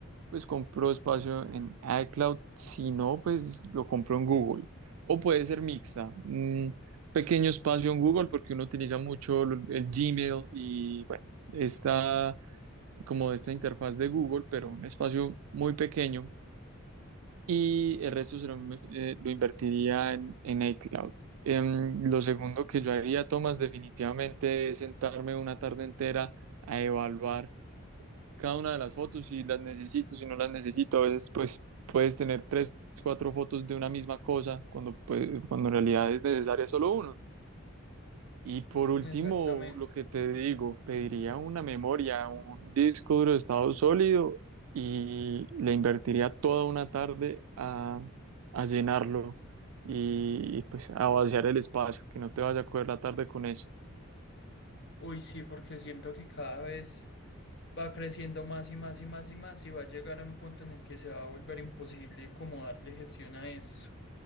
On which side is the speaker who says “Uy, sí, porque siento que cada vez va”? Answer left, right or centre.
Left